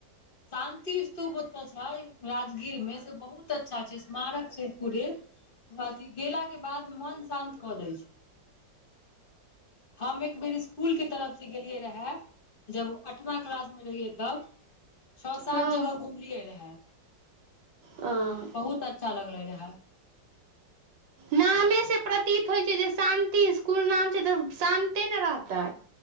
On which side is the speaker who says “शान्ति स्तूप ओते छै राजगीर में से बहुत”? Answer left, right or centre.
Left